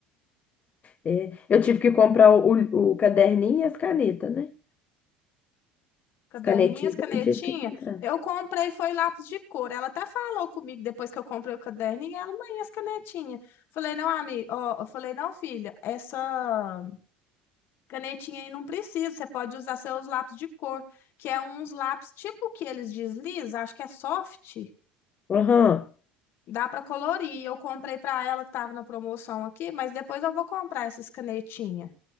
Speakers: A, on the left; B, on the left.
A: É, eu tive que comprar o, o, caderninho e as canetas, né?
B: Caderninhas,
A: As canetinhas
B: canetinha.
A: também tive que comprar.
B: Eu comprei, foi lápis de cor. Ela até falou comigo depois que eu comprei o caderninho. Ela, mãe, as canetinhas. Falei, não, amiga. Ó, eu falei, não, filha, essa canetinha aí não precisa. Você pode usar seus lápis de cor, que é uns lápis tipo que eles deslizam, acho que é soft.
A: Aham.
B: Dá para colorir. Eu comprei para ela que tava na promoção aqui, mas depois eu vou comprar essas canetinhas.